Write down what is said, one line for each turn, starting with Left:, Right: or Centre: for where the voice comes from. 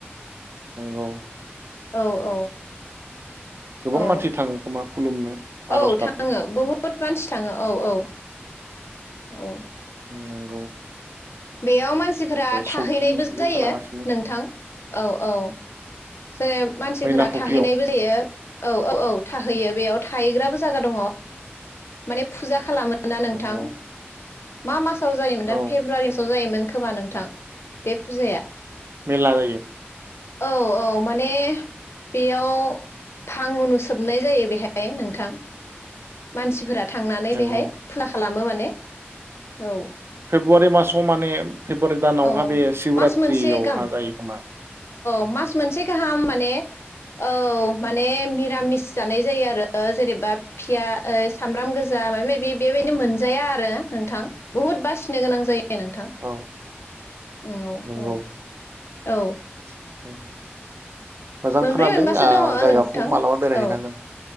Right: नोंगौ
Left: औ औ
Right: गोबां
Left: औ
Right: मानसि थाङो खोमा खुलुमनो आर'ज
Left: औ
Right: गाबनो
Left: थाङो बहुद मानसि थाङो औ औ औ
Right: नोंगौ
Left: बेयाव मानसिफोरा थाहैनायबो
Right: सौकिखौबो
Left: जायो
Right: खोनागासिनो
Left: नोंथां औ औ जे मानसिफोरा
Right: मैना फुख्रियाव
Left: थाहैनायबो जायो औ औ औ थाहैयो बेयाव । थाहैग्राबो जाया दङ माने फुजा खालामो । ना नोंथां
Right: नंगौ
Left: मा मासाव जायोमोनथाय
Right: औ
Left: फेब्रुवारि जायोमोन खोमा नोंथां बे फुजाया ।
Right: मेला जायो ।
Left: औ औ माने बेयाव फां उनुसोबनाय जायो बेहाय नोंथां । मानसिफोरा । थांनानै
Right: नंगौ
Left: बेहाय फुला खालामो माने । <unintelligible> औ ।
Right: फेब्रुवाररि मास <unintelligible> माने फेब्रुवारि दानावहा
Left: औ
Right: बे सिशवरात्रियावहा
Left: मास मोनसे गाहाम
Right: जायो खोमा ।
Left: <unintelligible> मोनसे गाहाम माने औ माने मिरामिस जानाय जायो आरो जेनेबा फिया ओ सामब्राम गोजा मायबा मायबि बेबायदिनो मोनजाया आरो नोंथां बुहुद बासिनो गोनां जायो नोंथां ।
Right: औ
Left: उम औ औ
Right: नंगौ
Left: । औ ।
Right: <inaudible>
Left: मोनब्रै
Right: खोनादों
Left: मोनबासो
Right: ओ
Left: दङ
Right: जायगाखौ
Left: नोंथां
Right: मालाबा बेरायहैनांगोन
Left: औ